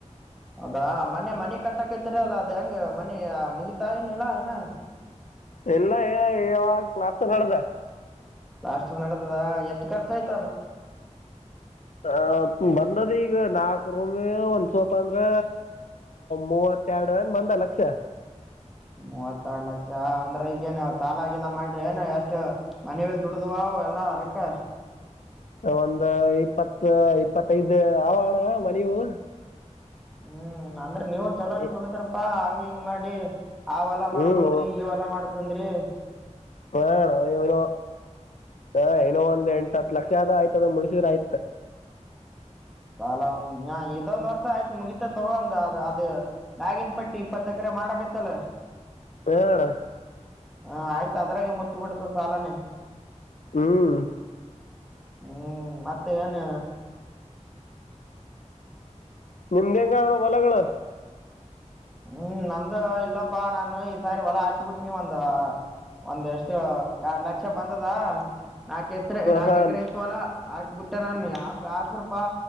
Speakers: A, in the centre; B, on the left (about 80°).
A: ಅದಾ ಮನೆ ಮನಿ ಕಟ್ಟಕತಿರಿ ಅಲ್ಲ ಅದ್ ಹೆಂಗ ಮನಿ ಮುಗಿತಾ ಏನಿಲ್ಲಾ ಇನ
B: ಎಲ್ಲ ಏ ಯಾವಾಗ ನಸ್ ನ್ದ
A: ಲಾಸ್ ನಡದದ ಎಷ್ಟ ಖರ್ಚ ಆಯ್ತು
B: ಹ ಬಂದು ಅನ್ನದ ಈಗ ನಾಕ ರೂಮಿ ಒಂದ್ ಸ್ವಲ್ಪ ಅಂದ್ರ ಮೂವತ್ತೆರಡು ಅನ್ ಬಂದ ಲಕ್ಷ
A: ಮೂವತ್ರ್ಡ್ ಲಕ್ಷ ಅಂದ್ರ ಈಗೇನ್ವು ಚಾಲಾಗಿಲ್ಲ ಮಾಡ್ರಿ ಏನು ಎಷ್ಟ ಮನವಿೇ ದುಡದ್ವಾ ಎಲ್ಲಾ ಹೊರಕ್ಕ
B: ಒಂದು ಇಪ್ಪತ್ ಇಪ್ಪತ್ತೈದು್ ಆವಣ್ಣ ಮನವು
A: ಹ್ಮ್ ಅಂದ್ರೆ ನೀವು ಚಲೋನ್
B: ಇ-
A: ತಡಿದ್ರಪ್ಪಾ ಹಂಗ ಹೆಂಗ್ ಮಾಡಿ ಅವಳ
B: ಹ್ಮ್
A: ಮಾಡ್ಕೊಂಡ್ರಿ ಇವಲ ಮಾಡ್ಕೊಂಡ ಕೊಂದ್ರ
B: ಹ ನಾ ನೋ ಹಾ ನೋ ಒಂದ್ ಎಂಟತ್ತು ಲಕ್ಷ ಆಯ್ತದ ಮುಡಿಸಿದ್ರ ಆಯ್ತತ್
A: ಸಾಲ ಒಂದ್ ಇದೊಂದ್ ವರ್ಷ ಆಯ್ತು ಮುಗಿತ ತಗಂದ ಅ ಅದ ಬ್ಯಾಗಿನ್ ಪಟ್ಟಿ ಇಪ್ಪತ್ತ ಎಕರೆ ಮಾಡಕೈತಲ್ಲ
B: ಹ್ಮ್ ಅಣ್ಣ
A: ಹಾ ಆಯ್ತು ಅದ್ರಾಗೆ ಮುಟ್ಟಿ ಬಿಿಡ್ತದ ಸಾಲನೆೇ
B: ಹ್ಮ್
A: ಹ್ಮ್ ಮತ್ತೆ ಏನ್
B: ನಿಮ್ದೆಂಗ ಅವಣ ಬಲಗಳು
A: ಹ್ಮ್ ನಮ್ದು ಇಲ್ಲಪ್ಪಾ ನಾನು ಈ ಸಾರಿ ಹೊಲ ಹಾಕಿ ಬಿಿಟ್ಟನಿ ಒಂದ ಒಂದ್ ಎಷ್ಟು ಎರಡ್ ಲಕ್ಷ ಬಂದದ ನಕ ಎತ್ರರೆ ನಾಕೆಕರೆಐತ
B: ಹಾಂ
A: ಅಲ್ಲ ಆಕಬುಟ್ಟೆ ನಾನು ಯ ಬಡ್ಸ್ರಪಾ